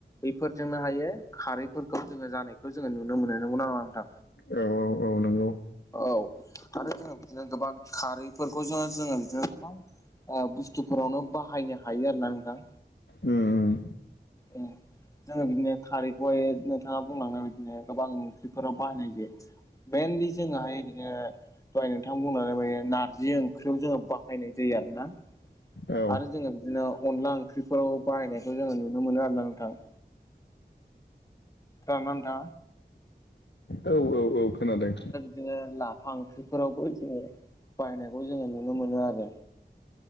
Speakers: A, on the left; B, on the left.
A: बैफोरजोंनो हायो खारैफोरखौ जोङो जानायखौ जोङो नुनो मोनो। नंगौ नामा नोंथां?
B: औ औ नंगौ
A: औ आरो जोङो बिदिनो गोबां खारैफोरखौ ज जो जोङो बिदिनो गोबां ओ बुस्थुफोरावनो बाहायनो हायो आरो ना नोंथां।
B: उम उम
A: उम जोङो बिदिनो खारैखौहाय नोंथाङा बुंलांनाय बादिनो गोबां ओंख्रिफोराव बाहायनाय जायो। मइेनलि जोंहाय ओरैनो दहाय नोंथां बुंलांनाय बादि नारजि ओंख्रियाव जोङो बाहायनाय जायो आरो ना।
B: औ
A: आरो जोङो बिदिनो अनला ओंख्रिफोराव बाहायनायखौ जोङो नुनो मोनो आरोना नोंथां। जानो आनथा
B: औ औ औ खोनादों।
A: जोङो लाफा ओंख्रिफोरावबो जोङो बायनायखौ जोङो नुनो मोनो आरो।